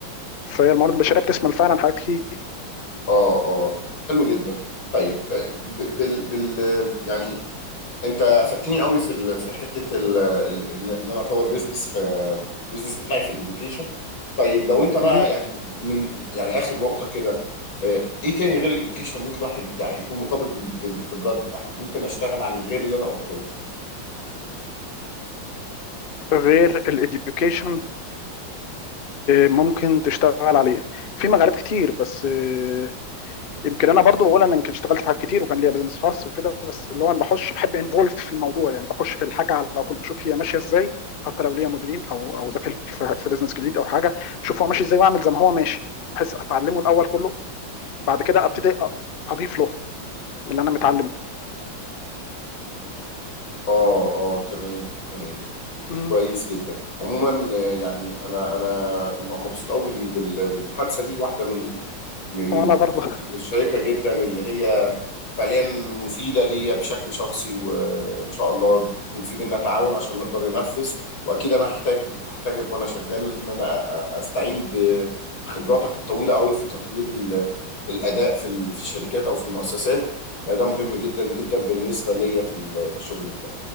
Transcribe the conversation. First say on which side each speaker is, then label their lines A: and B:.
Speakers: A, on the left; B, on the left.
A: فهي الموارد البشريه بتشمل فعلا حاجات كتير
B: اه اه حلو جدا طيب آه، ب- بال بال يعني انت افدتني قوي في ال... في حته ال... ال... ان إن انا اطور بيزنس في بيزنس بتاعي في الاديوكيشن طيب لو انت بقى
A: مهم.
B: يعني من يعني اخر نقطه كده آه، ايه تاني غير الاديوكيشن ممكن الواحد يعني يكون مرتبط بال- بالخبرات بتاعتي ممكن اشتغل عليه غير اللي انا قلته لك
A: غير الاديوكيشن ممكن تشتغل عليه في مجالات كتير بس آه، يمكن انا برضو بقول انا يمكن اشتغلت في حاجات كتير وكان ليا بزنس خاص وكده بس اللي هو انا بخش بحب انفولف في الموضوع يعني بخش في الحاجه على طول بشوف هي ماشيه ازاي حتى لو ليا مديرين او او ده في في بزنس جديد او حاجه بشوف هو ماشي ازاي واعمل زي ما هو ماشي بحيث اتعلمه الاول كله بعد كده ابتدي أ- اضيف له من اللي انا متعلمه
B: اه اه تمام تمام
A: مم.
B: كويس جدا عموما آه، يعني انا انا مبسوط قوي بال- بال- بالمحادثه دي واحده من من
A: وانا
B: المحادثات
A: برضه
B: الشيقه جدا اللي هي فعليا مفيده ليا بشكل شخصي وان شاء الله يكون في بينا تعاون عشان نقدر ننفذ واكيد انا هحتاج هحتاجك وانا شغال ان انا أ- أ- استعين ب- بخبراتك الطويله قوي في تطوير ال- الاداء في ال- في الشركات او في المؤسسات لا ده مهم جدا جدا بالنسبه ليا في ال- في الشغل بتاعي